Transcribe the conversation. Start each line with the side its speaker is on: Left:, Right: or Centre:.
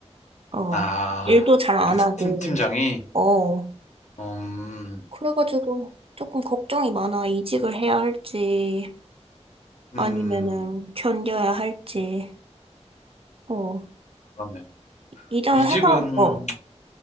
Right: 어,
Left: 아,
Right: 일도 잘 안
Left: 그
Right: 하고.
Left: 팀, 팀장이,
Right: 어,
Left: 음,
Right: 그래가지고 조금 걱정이 많아. 이직을 해야 할지.
Left: 음,
Right: 아니면은 견뎌야 할지. 어.
Left: 그러네.
Right: 이전
Left: 이직은,
Right: 회사, 어.